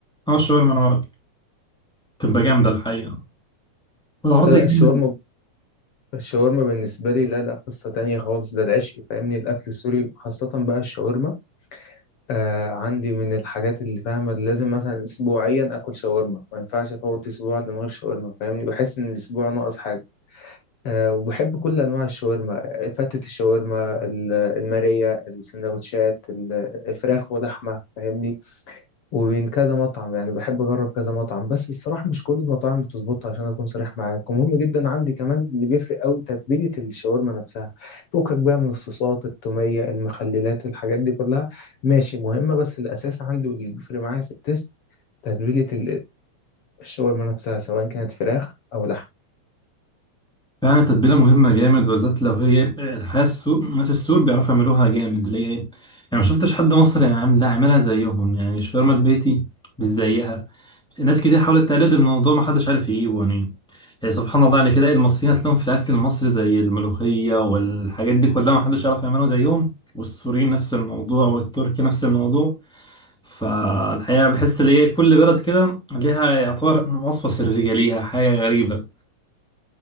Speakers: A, in the centre; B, on the left.
A: اه الشاورما العربي بتبقى جامدة الحقيقة والعرض
B: الشاورما
A: جامد
B: الشاورما بالنسبة لي لا لا قصة تانية خالص ده العشق فاهمني الأكل السوري خاصة بقى الشاورما آه عندي من الحاجات اللي فاهمة لازم مثلا أسبوعيا آكل شاورما ما ينفعش أفوت أسبوع إلا من غير شاورما فاهمني بحس إن الأسبوع ناقص حاجة آه وبحب كل أنواع الشاورما آه، فتة الشاورما ال- المارية السندوتشات ال- الفراخ ولحمة فاهمني وبين كذا مطعم يعني بحب اجرب كذا مطعم بس الصراحه مش كل المطاعم بتظبط عشان اكون صريح معاك ومهم جدا عندي كمان اللي بيفرق قوي تتبيله الشاورما نفسها فوقك بقى من الصوصات التوميه المخللات الحاجات دي كلها ماشي مهمه بس الاساس عندي واللي بيفرق معايا في التست تتبيله ال- الشاورما نفسها سواء كانت فراخ او لحم
A: فعلا التتبيلة مهمة جامد بالذات لو هي الحياة السوق ناس السور بيعرفوا يعملوها جامد ليه يعني ما شفتش حد مصري عامل لا عاملها زيهم يعني الشاورما البيتي مش زيها ناس كتير حاولت تقلد الموضوع ما حدش عارف يجيبه يعني يعني سبحان الله يعني كده المصريين هتلاقيهم في الاكل المصري زي الملوخيه والحاجات دي كلها ما حدش يعرف يعملها زيهم والسوريين نفس الموضوع والتركي نفس الموضوع فالحقيقه بحس ان هي كل بلد كده ليها يعتبر وصفه سريه ليها حاجه غريبه